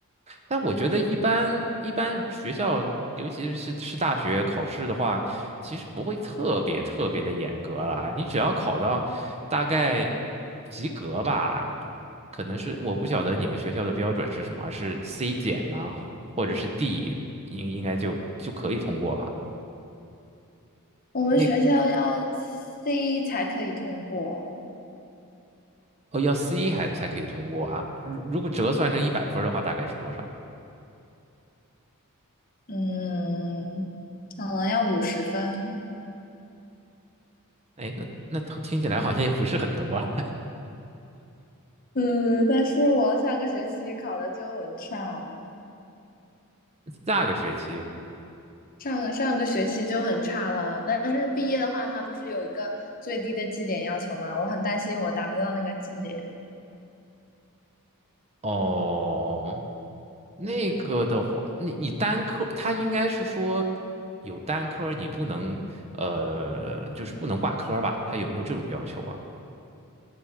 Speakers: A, on the right; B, on the left.
A: 但我觉得一般一般学校，尤其是是大学考试的话，其实不会特别特别的严格啦。你只要考到大概及格吧，可能是我不晓得你们学校的标准是什么，是 C 减吗？或者是 D，应应该就就可以通过吧？
B: 我们学校要
A: 那
B: C 才可以通过，
A: 哦要 C 还才可以通过啊。如如果折算成一百分儿的话，大概是多少？
B: 嗯，可能要五十分，
A: 哎，那那听起来好像也不是很多啊。
B: 嗯，但是我上个学期考的就很差，
A: 下个学期。
B: 上个上个学期就很差了，但是毕业的话，它不是有一个最低的绩点要求吗？我很担心我达不到那个绩点。
A: 哦，那个的话，你你单科，他应该是说有单科，你不能呃，就是不能挂科吧？他有没有这种要求啊？